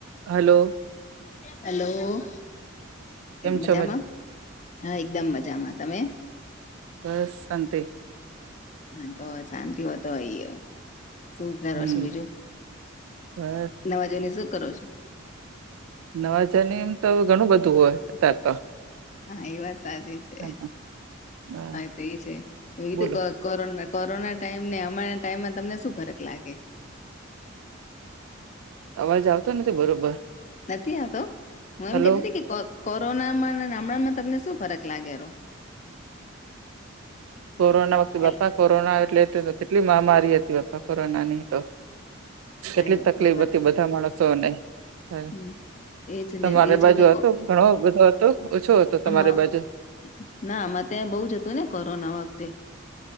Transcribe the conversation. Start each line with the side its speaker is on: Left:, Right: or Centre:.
Right: Hello
Left: hello
Right: કેમ
Left: મજામાં
Right: છો
Left: હા એકદમ મજામાં તમે
Right: બસંત
Left: હા તો શાંતિ હોતો આય શું કરો
Right: હમ
Left: છો બીજું
Right: બસ
Left: નવાજોની શું કરો છો
Right: નવાજારની એમ તો ઘણું બધું હોય ત તો
Left: હા એ વાત સાચી છે
Right: હા, હા,
Left: હવે તો એ
Right: બોલો
Left: છે તોું કક કો કોરોના ટાઈમ ને અમારા ટાઈમમાં તમને શું ફરક લાગે
Right: અવાજ આવતો નથી બરોબર
Left: નથી આવતો હું એમ
Right: હલો
Left: કતી હતી કે કોરોનામાં નામમાં તમને શું ફરક લાગે
Right: કોરોના વખતે
Left: હેલ
Right: પપ્પા કોરોના એટલે કેટલી મહામારી હતી પપ્પા કોરોનાની તો
Left: હા
Right: કેટલી
Left: એ
Right: તકલીફ
Left: એ વાત
Right: હતી બધા માણસોને હ
Left: હમ એજ
Right: તમારી
Left: ને તો એજ
Right: બાજુ
Left: કીધું
Right: હતું
Left: કો
Right: ઘણો બધો હતો ઓછું હતો તમારી
Left: હા
Right: બાજુ
Left: ના આમાં ત્યાં બહુ જ હતું ને કોરોના વખતે